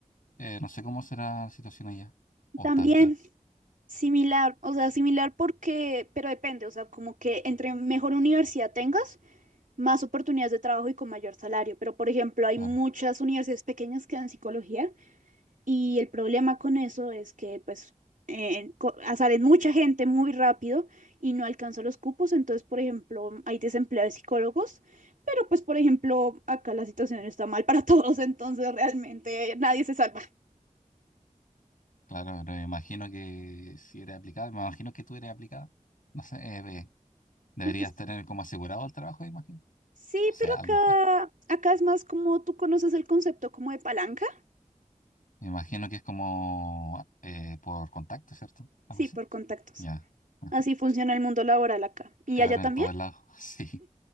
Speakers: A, on the left; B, on the right.
A: Eh, no sé cómo será la situación allá, o
B: También
A: estás bien.
B: similar, o sea, similar porque, pero depende, o sea, como que entre mejor universidad tengas, más oportunidades de trabajo y con mayor salario. Pero, por ejemplo, hay
A: Claro,
B: muchas universidades pequeñas que dan psicología Y el problema con eso es que, pues, eh, co- ah, sale mucha gente muy rápido y no alcanza los cupos. Entonces, por ejemplo, hay desempleo de psicólogos, pero pues, por ejemplo, acá la situación está mal para <laughs> todos, entonces realmente nadie se salva.
A: claro, pero me imagino que si eres aplicado, me imagino que tú eres aplicado. No sé, eh, ve, deberías
B: Es-
A: tener como asegurado el trabajo, imagino.
B: Sí,
A: O sea,
B: pero
A: algún
B: acá,
A: puesto.
B: acá es más como tú conoces el concepto como de palanca.
A: Me imagino que es como eh, por contacto, ¿cierto? Algo
B: Sí,
A: así.
B: por contactos.
A: Ya. <laughs>
B: Así funciona el mundo laboral acá. ¿Y
A: Claro,
B: allá también?
A: en todos lados. <laughs> Sí,